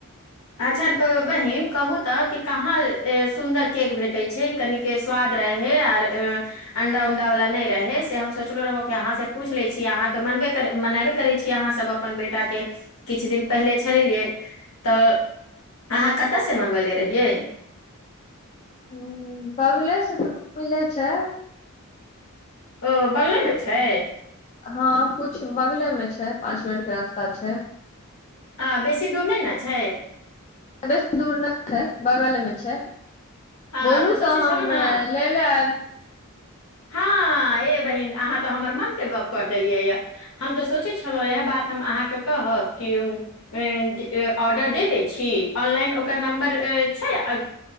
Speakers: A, on the left (about 75°); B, on the left (about 30°).
A: अच्छा बहीन कहू तऽ कि कहाँ सुन्दर केक भेटैत छै कनिक स्वाद रहै आर अण्डा उण्डावला नहि रहै से हम सोचलहुँ रहौ कि अहाँसँ पूछि लैत छी अहाँ तऽ मनबे कर मनाबे करै छी अहाँसभ अपन बेटाके किछु दिन पहिले छलैैहे तऽ अहाँ कतयसँ मंगबेले रहिये
B: ह बगले से तऽ मिलै छै
A: ओ बंगलेमे छै
B: हँ कुछ बगलेमे छै पाँच मिनटके रस्ता छै
A: आ बेसी दूर नहि न छै
B: बेसी दूर नहि छै बगलमे छै
A: आ
B: बोलू
A: सोचै
B: तऽ हम
A: छलहुँ ने
B: ले ले आयब
A: हँ हे बहिन अहाँ तऽ हमर मनके गप्प कर देलियै ह हम तऽ सोचै छलहुँ इएह बात हम अहाँके कहब कि अ जे अ ऑर्डर दे दै छी ऑनलाइन ओकर नम्बर छै अ